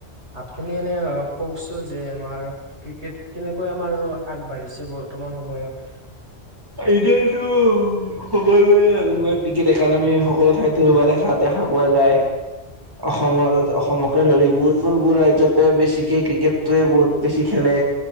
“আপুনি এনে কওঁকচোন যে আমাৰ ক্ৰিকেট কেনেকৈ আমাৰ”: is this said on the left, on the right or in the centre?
Right